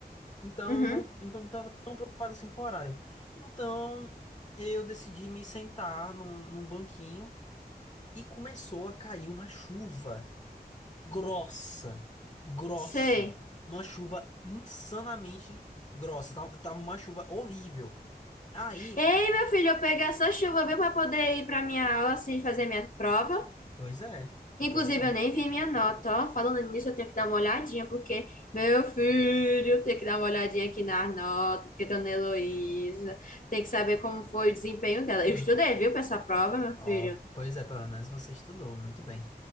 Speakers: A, on the left; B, on the left.
A: Então
B: Uhum,
A: eu não, então eu estava tão preocupado assim com o horário. Então eu decidi me sentar num, num banquinho e começou a cair uma chuva grossa, grossa,
B: sei.
A: uma chuva insanamente grossa. Tava, tava uma chuva horrível. Aí,
B: Ei, meu filho, eu peguei essa chuva, viu, para poder ir para minha aula, assim, fazer minha prova.
A: pois é,
B: Inclusive,
A: pois é.
B: eu nem vi minha nota, ó. Falando nisso, eu tenho que dar uma olhadinha, porque, meu filho, eu tenho que dar uma olhadinha aqui na nota, porque Dona Heloísa tem que saber como foi o desempenho dela.
A: Hum.
B: Eu estudei, viu, para essa prova, meu
A: Ó,
B: filho.
A: pois é, pelo menos você estudou muito bem.